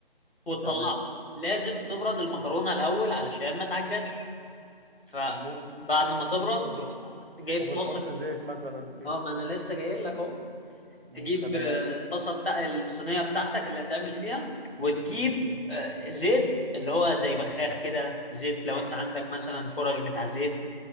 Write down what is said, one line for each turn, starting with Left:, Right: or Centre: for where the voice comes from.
Left: وتطلعها
Right: تمام
Left: لازم تبرد المكرونة الاول علشان ما تعجنش فبعد
Right: مظبوط
Left: ما تبرد
Right: وبت...
Left: تروح جايب
Right: وبتحط
Left: طاسه
Right: زيت مثلا فيها
Left: اه ما انا لسه جاي لك اهو
Right: مم.
Left: تجيب
Right: تمام
Left: آه، الطاسه بتاع الصينيه بتاعتك اللي هتعمل فيها وتجيب آه، زيت اللي هو زي بخاخ كده زيت لو انت عندك مثلا فرش بتاع زيت